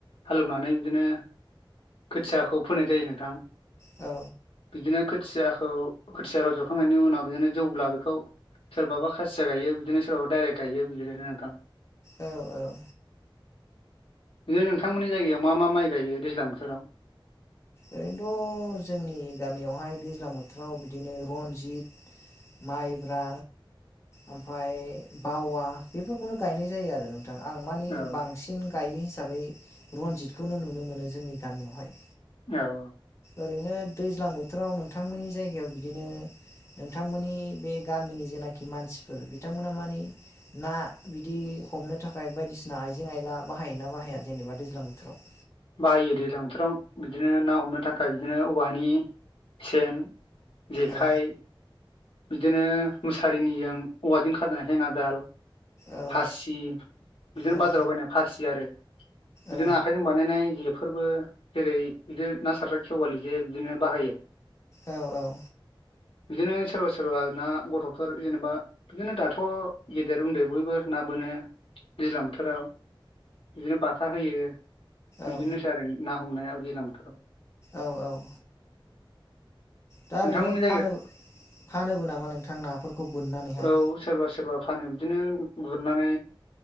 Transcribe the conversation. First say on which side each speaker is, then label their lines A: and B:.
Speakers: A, on the left (about 85°); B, on the left (about 30°).
A: हालेवनानै बिदिनो खोथियाखौ फोनाय जायो नोंथां
B: औ
A: बिदिनो खोथियाखौ खोथिया रज'खांनायनि उनाव बिदिनो जौब्ला बेखौ सोरबाबा खासिया गायो बिदिनो सोरबाबा दडाइरेक्ट गायो बिदिनो नोंथां
B: औ औ
A: बिदि नोंथांमोननि जायगायाव मा मा माइ गायो दैज्लां बोथोराव
B: ओरैनोथ' जोंनि गामियावहाय दैज्लां बोथोराव बिदिनो रनजित माइब्रा आमफाय बावा बेफोरखौनो गायनाय जायो आरो नों थां आं माने
A: औ
B: बांसिन गायो हिसाबै रनजितखौनो नुनो मोनो जोंनि गामियावहाय
A: औ
B: ओरैनो दैज्लां बोथोराव नोंथांमोननि जायगायाव बिदिनो नोंथांमोननि बे गामिनि जेनाखि मानसिफोर बिथांमोना मानि ना बिदि हमनो थाखाय बायदिसिना आइजें आइला बाहायोना बाहाया जेनेबा दैज्लां बोथोराव
A: बाहायो दैज्लां बोथोराव बिदिनो ना हमनो थाखाय बिदिनो औवानि सेन जेखाइ
B: औ
A: बिदिनो मुसारिनिजों औवाजों खाजनाय हेङाजाल
B: औ
A: फासि बिदिनो
B: औ
A: बाजाराव बायनाय फासि आरो बिदिनो
B: औ
A: आखाइजों बानायनाय जे फोरबो जेरै बिदिनो ना सारग्रा खेवालि जे बिदिनो बाहायो
B: औ औ
A: बिदिनो सोरबा सोरबा सोरबा ना गथ'फोर जेनेबा बिदिनो दाथ' गेदेर उनदै बयबो ना बोनो दैज्लां बोथोराव बिदिनो बाथा होयो बिदिनोसै
B: औ
A: आरो ना हमनाया दैज्लां बोथोराव
B: औ औ दा
A: नोंथांमोननि
B: ओरैनो
A: जायगायाव
B: फानो फानोबो नामा नोंथां नाफोरखौ? बोननानैहाय
A: औ सोरबा सोरबा फानो बिदिनो गुरनानै